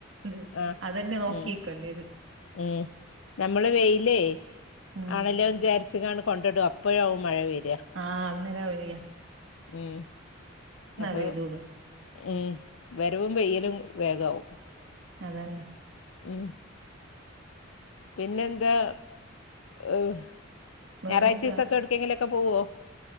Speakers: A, on the right; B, on the left.
A: ഇത്
B: ആ
A: അതന്നെ നോക്കി
B: ഉം
A: നിക്കേണ്ടി വരും
B: ഉം നമ്മള് വെയിലേ
A: ഉം
B: ആണല്ലോ വിചാരിച്ച് ങ്ങാണ്ട് കൊണ്ടിടും അപ്പഴാവും മഴ വെരാ
A: ആഹ് അന്നേ രം വയ്യ
B: ഉം അപ്പൊ
A: പെയ്തോളൂ
B: ഉം വരവും പെയ്യലും വേഗാവും
A: അതന്നെ
B: ഉം പിന്നെന്താ ഏഹ്
A: വേറെന്താ
B: ഞായറാഴ്ചീസൊക്ക എവ്ട്ക്കേങ്കിലൊക്ക പോവോ